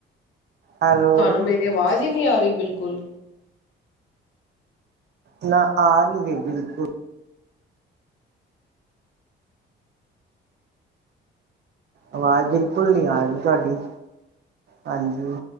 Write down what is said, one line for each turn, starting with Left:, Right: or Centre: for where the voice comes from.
Right: ਹੈਲੋ
Left: ਤੁਹਾਨੂੰ ਮੇਰੀ ਆਵਾਜ਼ ਹੀ ਨਹੀ ਆ ਰਹੀ ਬਿਲਕੁਲ?
Right: ਨਾ, ਆ ਨਹੀਂ ਰਹੀ ਬਿਲਕੁਲ। ਆਵਾਜ਼ ਬਿਲਕੁਲ ਨੀ ਆ ਰਹੀ ਤੁਹਾਡੀ ਹਾਂਜੀ।